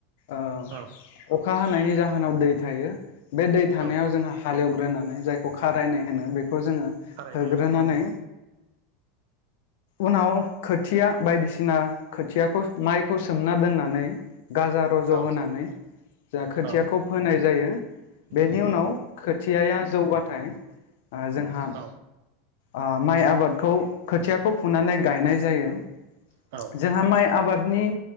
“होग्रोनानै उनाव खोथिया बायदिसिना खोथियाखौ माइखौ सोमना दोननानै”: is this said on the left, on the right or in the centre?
Left